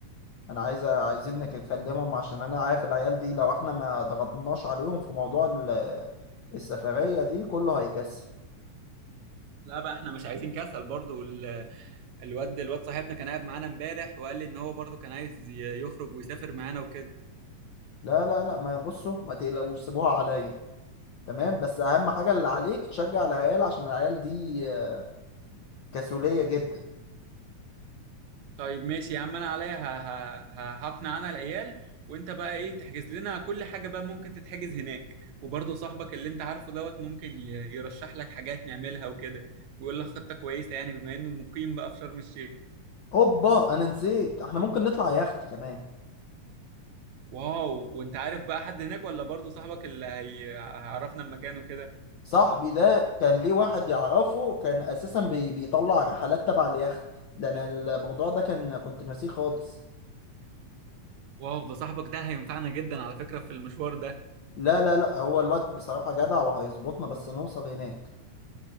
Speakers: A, on the left; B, on the right.
A: انا عايز عايزين نكلمهم عشان انا عارف العيال دي لو احنا ما ضغطناش عليهم في موضوع ال- السفرية دي كله هيكسل
B: لا بقى احنا مش عايزين كسل برضو وال- الواد الواد صاحبنا كان قاعد معانا امبارح وقال لي ان هو برضو كان عايز ي- يخرج ويسافر معانا وكده
A: لا لا لا ما بصوا ما تقلقوش سيبوها عليا تمام بس اهم حاجة اللي عليك تشجع العيال عشان العيال دي آه، كسولية جدا
B: طيب ماشي يا عم انا عليا ه- ه- ه- هقنع انا العيال وانت بقى ايه تحجز لنا كل حاجة بقى ممكن تتحجز هناك وبرضو صاحبك اللي انت عارفه دوت ممكن ي- يرشح لك حاجات نعملها وكده ويقول لك خطة كويسة يعني بما انه مقيم بقى في شرم الشيخ
A: اوبا انا نسيت احنا ممكن نطلع يخت كمان
B: واو وانت عارف بقى حد هناك ولا برضو صاحبك اللي هي... هيعرفنا المكان وكده
A: صاحبي ده كان ليه واحد يعرفه كان اساسا بي بيطلع رحلات تبع اليخت ده انا الموضوع ده كان كنت ناسيه خالص
B: واو ده صاحبك ده هينفعنا جدا على فكرة في المشوار ده
A: لا لا لا هو الواد بصراحة جدع وهيظبطنا بس نوصل هناك